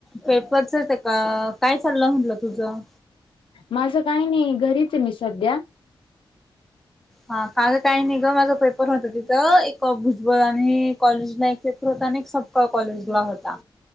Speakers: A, in the centre; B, on the left (about 70°).
A: पेपरच ते का काय चाललं म्हटलं तुझं
B: माझं काही नाही घरीच आहे मी सध्या
A: हा काल काही नाही गं माझं पेपर होत, तिथं एक भुजबळ आणि कॉलेजला एक पेप होता आणि एक सपकाळ कॉलेजला होता.